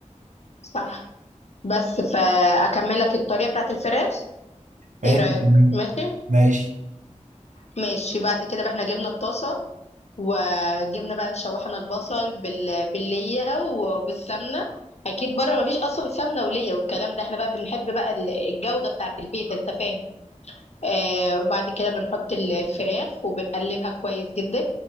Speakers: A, on the left; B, on the right.
A: صح بس فاكملك الطريقة بتاعت الفراخ
B: ماشي
A: ايه رأيك
B: مم.
A: ماشي
B: ماشي
A: ماشي بعد كده بقى احنا جبنا الطاسة وجبنا بقى نشوحنا البصل بال... بالليه وبالسمنه اكيد بره مفيش اصلا سمنه وليه والكلام ده احنا بقى بنحب بقى ال- الجوده بتاعه البيت انت فاهم آه وبعد كده بنحط الفراخ وبنقلبها كويس جدا